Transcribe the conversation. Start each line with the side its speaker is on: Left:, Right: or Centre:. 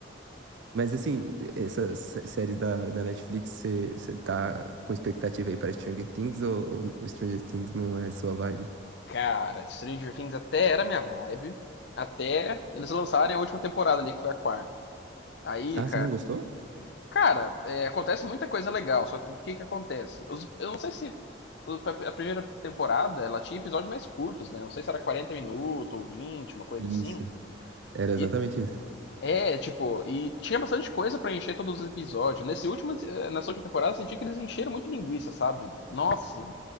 Right: Mas, assim, essas sé- séries da, da Netflix, você você tá com expectativa aí para Stranger Things ou, ou Stranger Things não é sua vibe?
Left: Cara, Stranger Things até era minha vibe, até eles lançarem a última temporada ali, que foi a quarta. Aí,
Right: Ah,
Left: cara,
Right: você não gostou?
Left: cara, é, acontece muita coisa legal, só que o que que acontece? Os- eu não sei se o- a primeira temporada, ela tinha episódios mais curtos, né? Não sei se era 40 minutos ou 20, uma coisa
Right: Isso,
Left: assim.
Right: era
Left: E,
Right: exatamente isso.
Left: é, tipo, e tinha bastante coisa pra encher todos os episódios. Nesse último, eh, nessa última temporada, eu senti que eles encheram muito linguiça, sabe? Nossa,